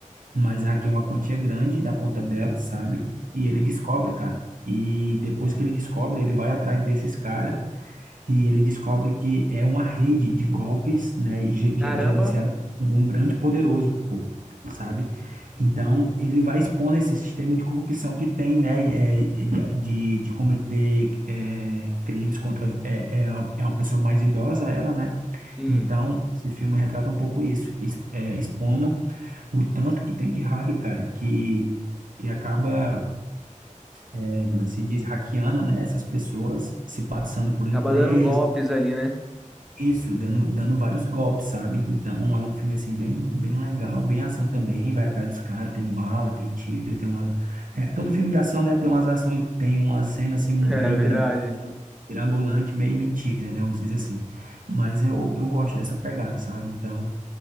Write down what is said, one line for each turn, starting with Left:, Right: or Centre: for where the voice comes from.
Right: mas a Raquel é uma quantia grande da conta dela, sabe? E ele descobre, cara. E depois que ele descobre, ele vai atrás desses caras e ele descobre que é uma rede de golpes, né? ge- ge-
Centre: Caramba,
Right: Gerenciado por um grande poderoso, pô, sabe? Então, ele vai expondo esse sistema de corrupção que tem, né? é, é, de, de, de cometer é, crimes contra... É, é, uma, é uma pessoa mais idosa, ela, né?
Centre: sim.
Right: Então, esse filme retrata um pouco isso, exp- é, expondo o tanto que tem de hack, cara, que, que acaba, é, como é que se diz, hackeando, né, essas pessoas, se passando por
Centre: Acaba
Right: empresa,
Centre: dando golpes ali, né?
Right: isso, dando, dando vários golpes, sabe? Então é um filme, assim, bem, bem legal, bem ação também, vai atrás dos caras, tem bala, tem tiro, tem uma... é, todo filme de ação, né, tem umas ações, tem umas cenas, assim, meio
Centre: É verdade.
Right: bira- mirabolante, meio mentira, né, vamos dizer assim. Mas eu, eu gosto dessa pegada, sabe? Então...